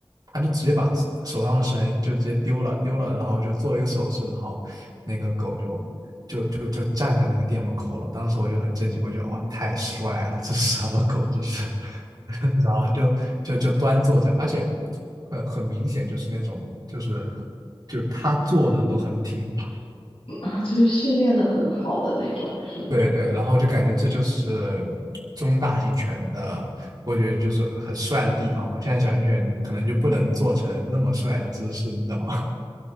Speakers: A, on the right (about 45°); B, on the left (about 85°).
A: 他就直接把手上的绳就直接丢了，丢了，然后就做了一个手势，然后那个狗就就就站在那个店门口了。当时我就很震惊，我觉得哇，太帅了，这是什么狗？这是 <laughs>，然后就就就端坐在，而且很很明显就是那种就是就是他坐的都很挺拔，
B: 啊，就是训练的很好的那种，是吗？
A: 对对，然后就感觉这就是中大型犬的，我觉得就是很帅的地方嘛。现在小型犬可能就不能做成那么帅的姿势，你知道吗？